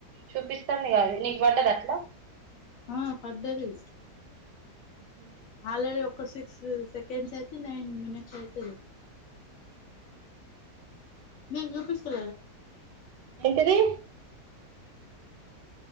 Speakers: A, on the right; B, on the left.
A: చూపిస్తుంది కాద అది నీకు పడ్డదా అట్లా
B: ఆ పడ్డది
A: ఉమ్మ్
B: ఆల్రెడీ ఒక సిక్స్ సెకండ్స్ అయితే నైన్ మినిట్స్ అయితాది నేను చూపిస్తా
A: ఏంటిది